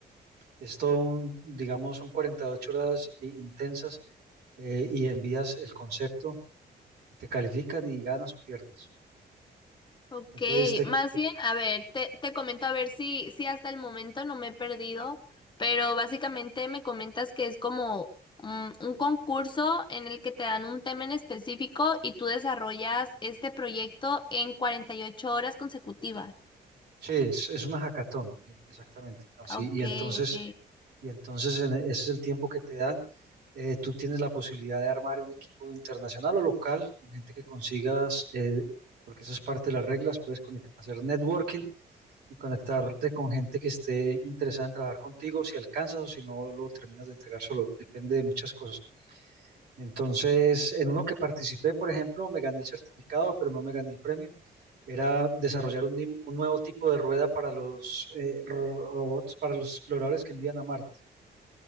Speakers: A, on the right; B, on the left.
A: Es todo un, digamos, son 48 horas eh, intensas eh, y envías el concepto, y te califican y ganas o pierdes.
B: Ok,
A: Entonces, te,
B: más
A: te-
B: bien, a ver, te, te comento a ver si, si hasta el momento no me he perdido, pero básicamente me comentas que es como mm, un concurso en el que te dan un tema en específico y tú desarrollas este proyecto en 48 horas consecutivas.
A: sí, es, es una hackathon, exactamente, así.
B: Ok,
A: Y entonces
B: ok.
A: y entonces en e- ese es el tiempo que te dan. Eh, tú tienes la posibilidad de armar un equipo internacional o local con gente que consigas, eh, porque eso es parte de las reglas, puedes conect- hacer networking y conectarte con gente que esté interesada en trabajar contigo, si alcanzas o si no lo terminas de entregar solo, depende de muchas cosas. Entonces, en uno que participé, por ejemplo, me gané el certificado, pero no me gané el premio. Era desarrollar un, nim- un nuevo tipo de rueda para los eh, ro- robots, para los exploradores que envían a Marte.